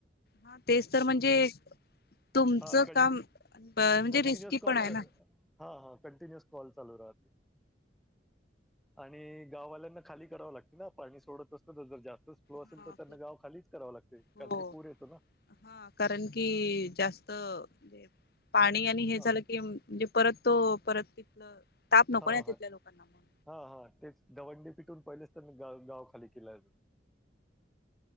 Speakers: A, on the left; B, in the centre.
A: हा तेच तर म्हणजे तुमचं
B: हा कं
A: काम म्हणजे
B: कंटिन्युअस
A: रिस्की
B: कॉल
A: पण आहे ना
B: हा हा कंटिन्यू कॉल चालू राहते आणि गाववाल्यांना खाली कराव लागते ना पाणी सोडत अस तरर जास्त ो असेल
A: हा
B: तर त्यांना गाव खालीच करावं लागते कारण
A: हो
B: की पूर येतो ना
A: हा कारण की जास्तणे पाणी आणि हे झालं
B: हा
A: की म्हणजे परत तो परत तिथलं ताप नको
B: हा
A: ना तिथल्या
B: हा
A: लोकांना मग
B: हा हा तेच दवंडी पिटून पहिले गाव गाव खाली केला